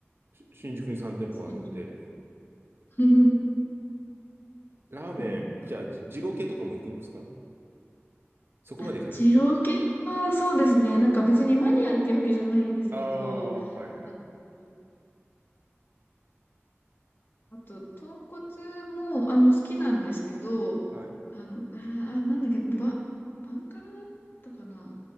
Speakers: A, on the right (about 55°); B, on the left (about 50°).
A: し新宿に3店舗あるんで、
B: 新宿。<laughs>
A: ラーメン、
B: そうなんだ。
A: じゃあ、じ二郎系とかも行くんですかそこまで行かない
B: あ、二郎系は、そうですね。なんか別にマニアっていうわけじゃないんですけど、
A: ああ、はいはい。
B: あの、あと、豚骨も、あの、好きなんですけど、
A: はい。
B: あの、あ、あなんだっけ、ば、バンカラだったかな。